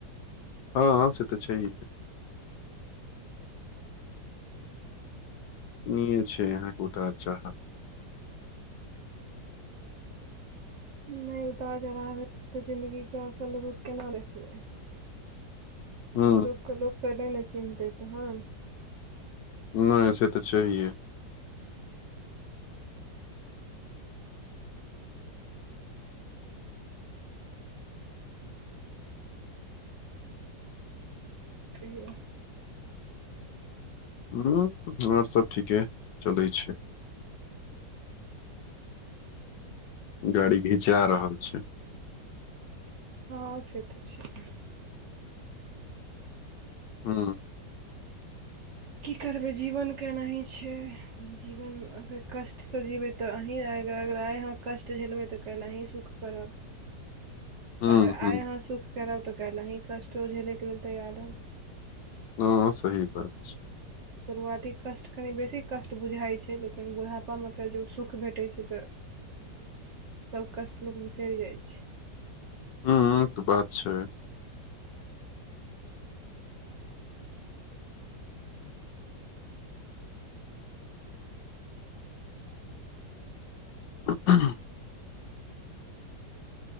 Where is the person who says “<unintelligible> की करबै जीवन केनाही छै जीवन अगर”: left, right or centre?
Right